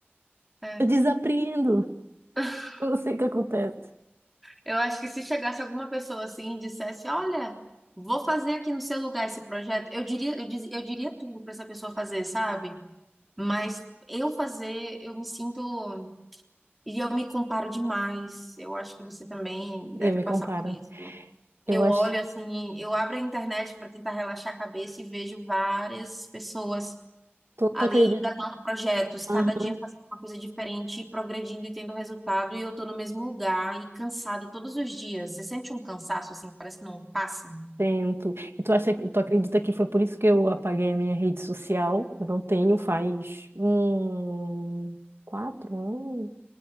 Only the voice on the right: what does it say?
eu
desapreendo. <laughs>
Eu não sei o que acontece.
Eu
me
comparo.
Eu
acho.
Tu,
tu acredita?
Aham.
Tento. E tu acha, que- tu acredita que foi por isso que eu apaguei a minha rede social? Eu não tenho faz hum, quatro anos,